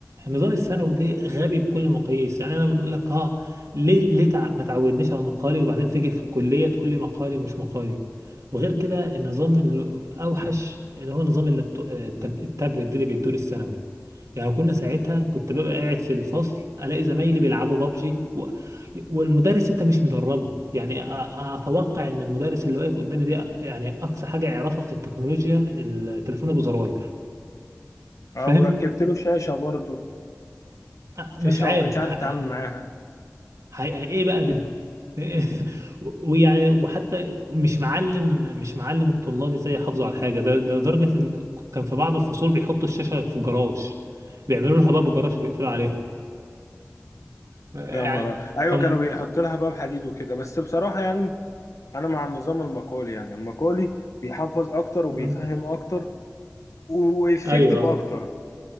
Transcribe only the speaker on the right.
النظام الثانوي ده غبي بكل مقاييس يعني انا بنقول لك اه ليه ليه تع... ما تعودنيش على المقالي وبعدين تيجي في الكليه تقول لي مقالي مش مقالي وغير كده النظام الاوحش اللي هو نظام اللابتو... التاب... التابلت ده اللي بيدوه للثانوي يعني كنا ساعتها
كنت ببقى قاعد في الفصل الاقي زمايلي بيلعبوا بابجي و... والمدرس انت مش مدربه يعني أ... اتوقع ان المدرس اللي واقف قدامي دي يعني اقصى حاجه يعرفها في التكنولوجيا التليفون ابو زراير فاهم
أ-
مش عارف
ه... ه...
ه... ايه بقى ده <laughs> و- ويعني وحتى مش معلم مش معلم الطلاب ازاي يحافظوا على الحاجه ده ده لدرجه ان كان في بعض الفصول بيحطوا الشاشه في جراج بيعملوا لها باب جراج ويقفلوا عليها يعني
كان
مم.
ايوه
آه.